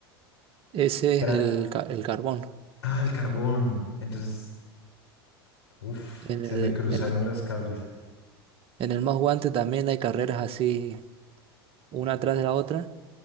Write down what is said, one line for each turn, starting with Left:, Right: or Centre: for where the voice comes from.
Right: Ese
Left: Era,
Right: es el, ca- el carbón.
Left: ah, el carbón. Entonces, uff,
Right: En
Left: se
Right: el,
Left: me cruzaron
Right: en,
Left: los cables.
Right: en el Most Wanted también hay carreras así, una atrás de la otra.